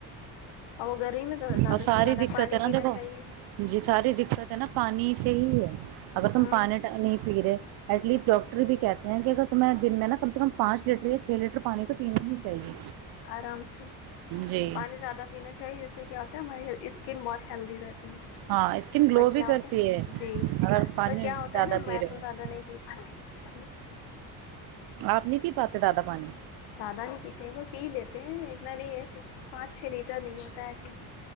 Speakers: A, on the left; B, on the right.
A: اور گرمی میں زیادہ
B: اور ساری
A: سے زیادہ
B: دقت
A: پانی
B: ہے نا
A: پینا
B: دیکھو
A: چاہیے
B: جی ساری دقت ہے نا پانی سے ہی ہے <inaudible> اگر تم
A: ہوں
B: پانی نہیں پی رہے ایٹ لیسٹ ڈاکٹر بھی کہتے ہیں کہ اگر تمہیں دن میں نا کم سے کم پانچ لیٹر یا چھ لیٹر پانی تو پینا ہی چاہیے
A: آرام سے <inaudible>
B: جی
A: پانی زیادہ پینا چاہیے جیس سے کیا ہوتا ہے ہماری اسکن بہت ہیلدی رہتی
B: ہاں
A: <inaudible>
B: اسکن گلو
A: کیا
B: بھی کرتی
A: ہوتا ہے جی
B: اگر پانی
A: وہ کیا ہوتا
B: زیادہ
A: ہے نا
B: پی
A: میں
B: رہے
A: تو
B: ہو
A: زیادہ نہیں پی پاتی پانی
B: آپ نہیں پی پاتتے دادا پانی
A: زیادہ نہیں پیتے وہ پی لیتے ہیں اتنا نہیں ہے پانچ چھ لیٹر نہیں ہوتا ہے آئی تھنک